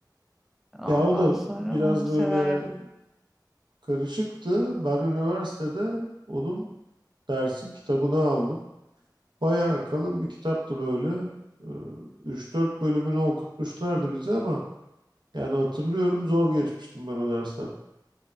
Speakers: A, in the centre; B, on the right.
A: Ondan
B: Ya o da
A: sonra
B: biraz
A: onu
B: böyle
A: severdim.
B: karışıktı. Ben üniversitede onun dersi kitabını aldım. Bayağı kalın bir kitaptı böyle. Ee, 3-4 bölümünü okutmuşlardı bize ama Yani hatırlıyorum zor geçmiştim ben o dersten.